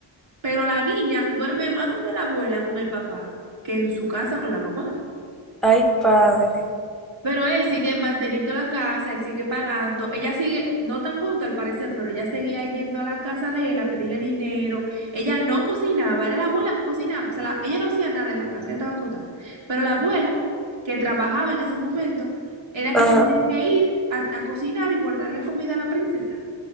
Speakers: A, on the right (about 85°); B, in the centre.
A: Pero la niña duerme más donde la abuela con el papá que en su casa con la mamá.
B: Ay, padre.
A: Pero él sigue manteniendo la casa, él sigue pagando. Ella sigue, no tan junto al parecer, pero ella seguía yendo a la casa de él a pedirle dinero. Ella no cocinaba, era la abuela que cocinaba. O sea, la- ella no hacía nada en la casa, ella estaba acotada. Pero la abuela, que trabajaba en ese momento, era que
B: Ajá.
A: tenía que ir a, a cocinar y guardarle comida a la princesa.